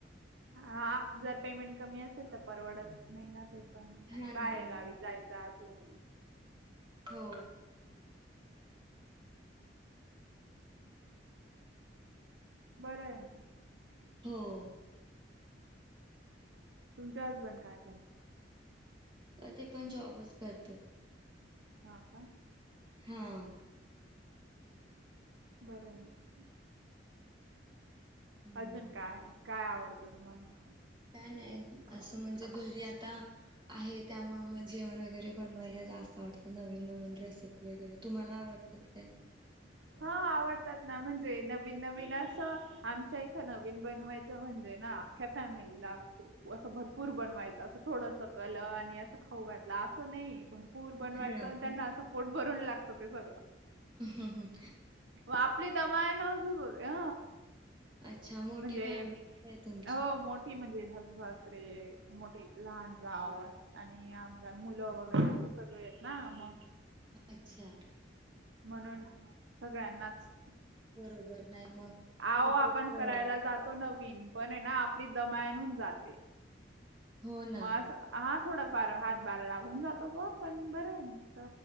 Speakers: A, on the right; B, on the right.
A: हा जर पेमेंट कमी असेल तर परवडत नाहीना ते पण
B: हा
A: आणि
B: ना
A: बाहेर
B: मग
A: गावीत जायचं. दाजू <inaudible>
B: हो.
A: बर आहे म.
B: हो.
A: तुमचे हसबंड काय करता?
B: ते पण जॉबच करतात.
A: हा का.
B: हम्म.
A: बरं आहे.
B: हम्म
A: अजून काय काय? आवडतं तुम्हाला?
B: काय नाही असं म्हणजे घरी आता आहे त्यामुळे मग जेवण वगैरे बनवायला जास्त वाटत नवीन, नवीन रेसिपी वगैरे तुम्हाला आवडत काय?
A: हा आवडतात ना म्हणजे नवीन, नवीन असं आमच्या इथं नवीन बनवायचं म्हणजे ना अख्या फॅमिलीला अस भरपूर बनवायच असं थोडस कल आणि खाऊ घातला असं नाहीये भरपूर बनवायचं
B: हा का?
A: त्यांना सपोर्ट भरून लागतं ते सगळं.
B: ह हं हं.
A: आपली दमा आहे न अजून ह.
B: अच्छा मोठी
A: म्हणजे
B: फॅमिली आहे तुमची
A: हो मो म्हणजे सासु, सासरे, मोठी लहान जाऊ आणि आम मुलं वगैरे असं सगळे आहेत ना मग
B: अच्छा.
A: म्हणून. सगळ्यांनाच.
B: बरोबर. नाही मग
A: आहो
B: खूपच
A: आपण
B: अ,
A: करायला जातो नवीन पण आहे ना आपली दमायन होवून जाते.
B: हो ना
A: म अस हा थोडाफार हात बार लागून जातो ग पण बरं मस्त